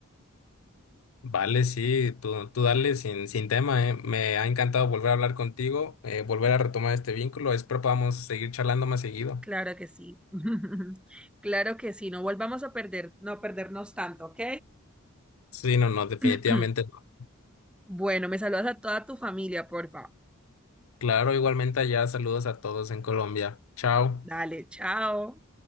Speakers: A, on the left; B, in the centre.
A: Vale, sí, tú, tú dale sin, sin tema, ¿eh? Me ha encantado volver a hablar contigo, eh, volver a retomar este vínculo. Espero podamos seguir charlando más seguido.
B: Claro que sí. <laughs> Claro que sí, no volvamos a perder, no perdernos tanto, ¿ok?
A: Sí, no, no, definitivamente
B: <laughs> <clears throat>
A: no.
B: Bueno, me saludas a toda tu familia, por favor.
A: Claro, igualmente allá, saludos a todos en Colombia. Chao.
B: Dale, chao.